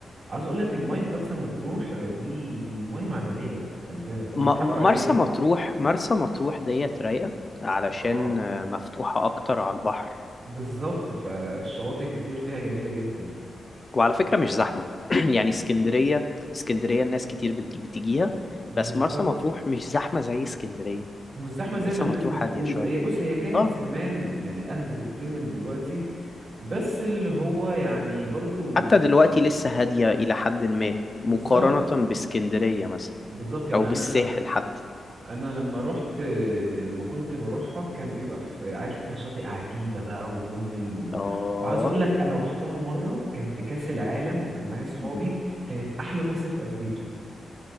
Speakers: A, on the right; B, on the left.
A: عاوز اقول لك المايه في مرسى مطروح دي مايه معدنيه يا اسطى خلي بالك ما
B: م-
A: بيضحكوا
B: م-
A: علينا
B: مرسى مطروح مرسى مطروح ديت رايقة علشان
A: اه
B: آه، مفتوحة اكتر على البحر
A: بالظبط فالشواطئ كتير فيها جميلة جدا
B: وعلى فكرة مش زحمة <clears throat> يعني اسكندرية اسكندرية الناس كتير بت- بتجيها
A: بالظبط
B: بس مرسى مطروح مش زحمة زي اسكندرية
A: مش زحمة زي
B: مرسى
A: ما الناس
B: مطروح
A: بتقول
B: هادية شوية
A: هي بص هي كانت
B: اه
A: زمان يعني أهدى بكتير من دلوقتي بس اللي هو يعني برضو
B: حتى دلوقتي لسه هادية إلى حد ما مقارنة
A: بالظبط
B: باسكندرية مثلا
A: بالظبط يعني
B: أو بالساحل
A: أنا
B: حتى
A: أنا لما رحت لما كنت بروحها كان بيبقى في عارف أنت شاطئ عجيبة بقى ورومل و...
B: اه
A: وعاوز أقول لك أنا رحتها مرة كان في كأس العالم وكان معايا صحابي
B: مم.
A: كانت أحلى مصيف قضيته